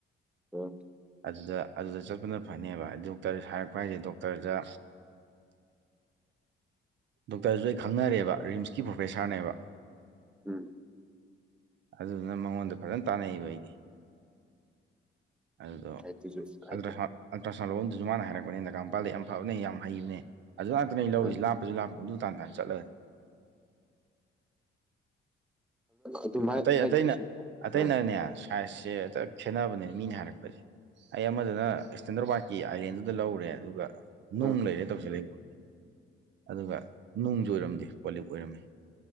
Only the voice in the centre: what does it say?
<unintelligible>
ꯎꯝ
ꯍꯥꯏꯗꯨꯁꯨ ꯍꯥꯏꯗꯤ
ꯑꯥ
ꯑꯗꯨꯃꯥꯏ
ꯍꯥꯏꯗꯤ
ꯁꯨꯝ ꯑꯥ
ꯑꯥ
ꯑꯥ